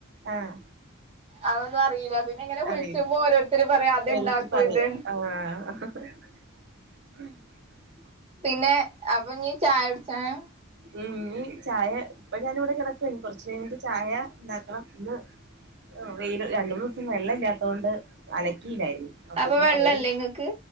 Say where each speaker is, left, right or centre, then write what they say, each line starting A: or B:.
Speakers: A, on the right; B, on the right.
A: ആഹ്
B: അതൊന്നുവറിയില്ല പിന്നെ ഇങ്ങനെ കുയിച്ചുമ്പോ
A: അറിയില്ല
B: ഓരോര്ത്തര് പറയാ അത്
A: ഓരോരുത്തര്
B: ഇണ്ടാക്കും
A: പറയാ
B: ഇത്
A: <unintelligible>
B: പിന്നെ അപ്പൊ നീ ചായ കുടിച്ച <unintelligible>
A: ഉം ഇീ ചായ ഇപ്പൊ ഞാനിവിടെ കെടക്വ കൊറച്ചയിഞ്ഞിട്ട് ചായ ണ്ടാക്കണം ഇന്ന് വെയില് രണ്ട്മൂന്ന്സം വെള്ളല്ലാത്തോണ്ട് അലക്ക ക്കീല്ലാര്ന്ന് അപ്പൊന്ന്
B: അപ്പൊ വെള്ളല്ലേ
A: കൊറെ
B: ഇങ്ങക്ക്